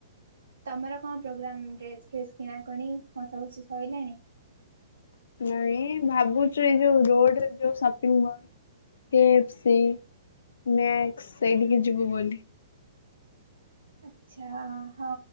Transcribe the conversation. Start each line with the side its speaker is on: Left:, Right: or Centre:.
Right: ତମର କଣ ପ୍ରୋଗ୍ରାମ୍ ଡ୍ରେସ୍ ଫ୍ରେସ୍ କିଣାକଣି କଣସବୁ ସଇଲାଣି।
Left: ନାଇଁ ଭାବୁଛୁ ଏଇ ଯୋଉ ରୋଡ ଯୋଉ ସପିଙ୍ଗ ମଲ୍ କେଫସି ମ୍ୟାକ୍ସ ସେଇଠିକି ଯିବୁ ବୋଲି।
Right: ଆଚ୍ଛା ହଁ